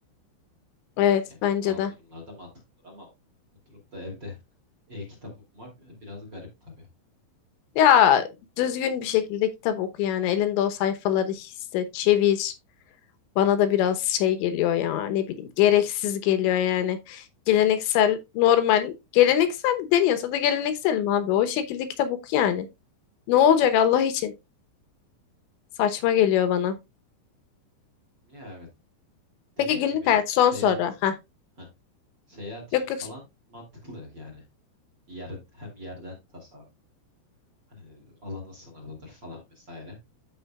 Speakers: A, on the left; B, on the right.
A: Evet
B: Yani
A: bence
B: bazı
A: de.
B: durumlarda mantıklıdır ama oturup da evde <laughs> e-kitap okumak e, biraz garip tabii.
A: Ya düzgün bir şekilde kitap oku yani. Elinde o sayfaları hisset, çevir. Bana da biraz şey geliyor ya ne bileyim gereksiz geliyor yani. Geleneksel normal geleneksel deniyorsa da gelenekselim abi. O şekilde kitap oku yani. Ne olacak Allah için? Saçma geliyor bana.
B: Ya evet. Dediğim
A: Peki günlük
B: gibi
A: hayat son
B: seyahat
A: soru. Ha.
B: heh, seyahat için
A: Yok
B: falan
A: yok.
B: mantıklı yani. Yer, hem yerden tasarruf. Hani alanın sınırlıdır falan vesaire.